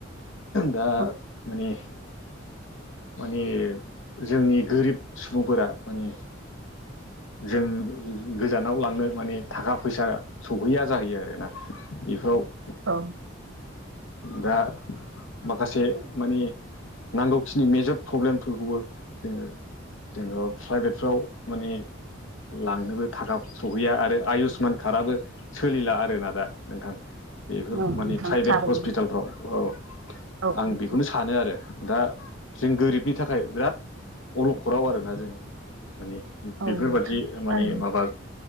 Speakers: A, on the left (about 80°); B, on the right (about 75°).
A: दा
B: औ
A: माने माने जोंनि गोरिब सुबुंफोरा माने जों गोजानाव लांनो माने थाखा फैसा सौहैया जाहैयो आरोना <unintelligible>
B: औ,
A: दा माखासे माने, नांगौखिनि मेजत प्रब्लेमफोरखौबो जोङो जेनबा प्राइभेटफ्राव माने लांनोबो थाखा सहैया आरो आयुषमान कार्डआबो सोलिला आरोना दा नोंथां। बेफोर
B: औ
A: माने
B: नोंथां
A: प्राइभेट
B: थारैनो
A: हस्पिटालफ्राव औ
B: औ
A: आं
B: नोंथां
A: बेखौनो सानो आरो। दा जों गोरिबनि थाखाय बिराद अलखदाव आरोना जों। माने
B: औ
A: बेफोरबादि
B: नोंथां
A: माने
B: थारैनो
A: माबा